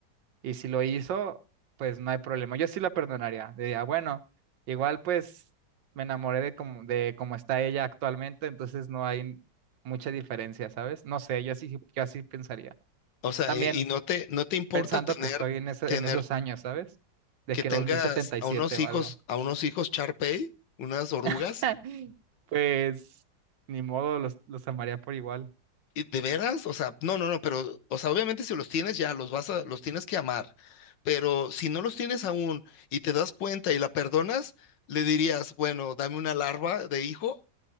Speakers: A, on the right; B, on the left.
A: Y si lo hizo, pues no hay problema. Yo sí la perdonaría. Diría, bueno, igual pues me enamoré de como, de cómo está ella actualmente, entonces no hay mucha diferencia, ¿sabes? No sé, yo así, yo así pensaría.
B: O sea,
A: También
B: y, y no te, no te importa
A: pensando
B: tener,
A: que estoy en, ese-
B: tener
A: en esos años, ¿sabes? De
B: que
A: que
B: tengas
A: dos mil setenta y
B: a
A: siete
B: unos
A: o
B: hijos,
A: algo.
B: a unos hijos Shar Pei, unas orugas.
A: <laughs> Pues ni modo, los, los amaría por igual.
B: ¿Y ¿De veras? O sea, no, no, no, pero, o sea, obviamente si los tienes ya, los vas a, los tienes que amar. Pero si no los tienes aún y te das cuenta y la perdonas, le dirías, bueno, dame una larva de hijo.